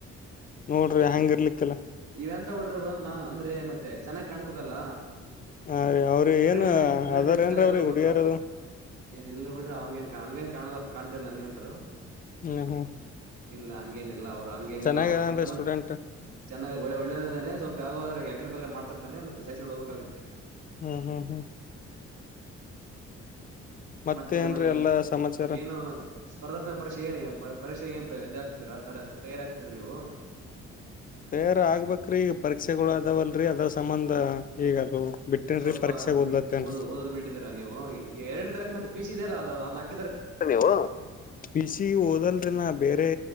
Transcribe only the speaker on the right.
ಇವೆಂತ ಹುಡ್ರುರು ಬಂದ್ ನಾನ್ ಅಂದ್ರೆ ಮತ್ತೆ ಚೆನ್ನಾಗ್ ಕಾಣಿಸ್ಬೇಕಲ್ಲ.
ಪ್ರೆಸೆಂಟೇಷ
ಪ್ರೆಸೆಂಟೇಷನ್
ಚೆನ್ನಾಗಿ
ಇರ್ಬೇಕಲ್ವಾ.
ಎ ಇಲ್ಲ ಬಿಡ್ರಿ ಅವಂಗನ್ ಹಂಗೇನ್ ಕಾಣಲ್ಲಪ್ಪ ಕಾಣ್ತಿಲ್ಲ ನನ್ಗಂತ್ರು.
ಇಲ್ಲ ಹಂಗೇನಿಲ್ಲ ಅವರು ಹಂಗೇನಿಲ್ಲ
ಅಂತ ಮನ್ಷ
ಚೆನ್ನಾಗಿ ಒಳ್ ಒಳ್ಳೆದಾದ್ರೇನ್ ಸ್ವಲ್ಪ ಯಾವೋ ಆದ್ರ ಎಕರೆ ಪಕ್ರೆ ಮಾಡ್ತಿರ್ನೆ ಮತ್ತೆ ಸೈಸ್ಕೊಂಡು ಹೋಗ್ಬೇಕಾಗುತ್ತೆ.
ಮತ್ತೇನು ಏನು
ಏನು ಸ್ಪರ್ಧಾತ್ಮಕ ಪರೀಕ್ಷೆ ಏ ಪರೀಕ್ಷೆ ಏನ್ ಇದಾಗಗ್ತಿದರಾ ತ ತಯಾರ ಆಗ್ತಿದೀರ ನೀವು.
ಸ್ವಲ್ಪ
ಬಿಟ್ಟ್ ಓದ ಓದೋದು ಬಿಟ್ಟಿದ್ದೀರಾ ನೀವು ಎರಡ್ ತರಕ ಮತ್ತೆ ಪೀಸಿದ್ ಇದೆ ಅಲ್ಲ ಅದ್ ಅ